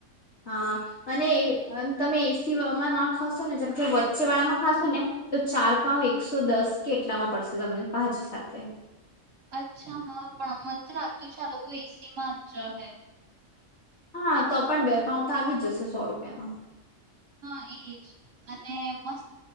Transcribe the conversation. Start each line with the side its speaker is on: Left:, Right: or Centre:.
Left: હા અને એ તમે એ સીમાં ન ખસું નને જેમ કે ગચેળમાં ખાશે ને તો ચાર પાઉ એકસો દસ કેટલામાં પડશે તમને ભાજી સાથે.
Right: અચ્છા હા પણ અમ તો લાગતું આલોક કોઈ સી માંચ જહે.
Left: હા તો પણ બે પાઉ તો આવી જ જશે સો રૂપિયામાં.
Right: હા એજ અને મસ્ત